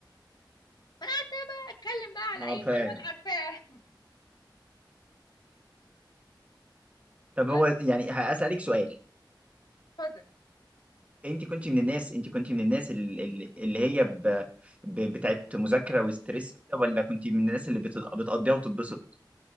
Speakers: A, on the left; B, on the right.
A: فانا اتكلم بقى على
B: اه
A: اي
B: فاهم
A: معلومه انا عارفاها <laughs>
B: طب
A: بس
B: هو يعني هسألك سؤال
A: اتفضل
B: انت كنت من الناس انت كنت من الناس ال- ال- اللي هي ب... ب... بتاعت مذاكره وستريس وكده ولا كنت من الناس اللي بت... بتقضيها وتتبسط